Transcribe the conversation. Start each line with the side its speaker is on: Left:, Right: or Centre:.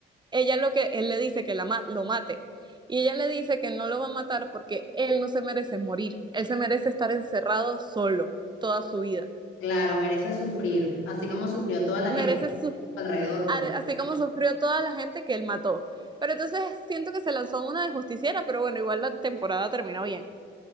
Right: ella lo que, él le dice que la ma lo mate. Y ella le dice que no lo va a matar porque él no se merece morir, él se merece estar encerrado solo toda su vida.
Left: claro, merece sufrir, así como sufrió toda la
Right: merece
Left: gente
Right: su-
Left: alrededor,
Right: are-
Left: pues.
Right: así como sufrió toda la gente que él mató. Pero entonces siento que se lanzó una de justiciera, pero bueno, igual la temporada terminó bien.